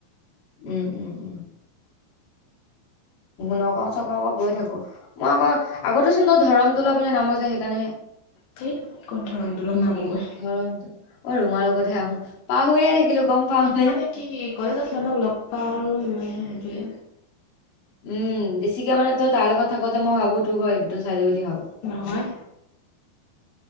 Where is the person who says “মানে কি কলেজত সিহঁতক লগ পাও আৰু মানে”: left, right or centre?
Left